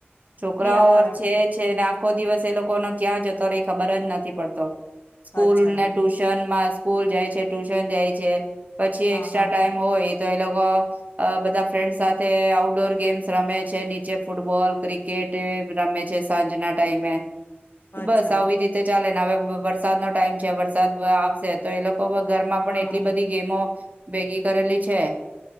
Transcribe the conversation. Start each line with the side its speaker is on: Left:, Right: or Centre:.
Right: છોકરાઓ
Left: નહી અમારે
Right: છે છે ને આખો દિવસ એ લોકો ન ક્યાં જતો રહેએ ખબર જ નથી પડતો. સ્કૂલ
Left: અચ્છા
Right: ને, ટ્યુશન માં સ્કૂલ જાય છે, ટ્યુશન જાય છે. પછી
Left: હા
Right: એક્સ્ટ્રા
Left: હા
Right: ટાઈમ હોય તો એ લોકો બધા ફ્રેન્ડ સાથે આઉટડોર ગેમ્સ રમે છે નીચે ફૂટબોલ ક્રિકેટ રમે છે સાંજના ટાઈમે.
Left: અચ્છા
Right: બસ આવી રીતે ચાલે ને હવે વરસાદ નો ટાઈમ ત્યાં વરસાદ આવશે, તો એ લોકો ઘરમાં
Left: હા
Right: પણ એટલી બધી ગેમો ભેગી કરેલી છે.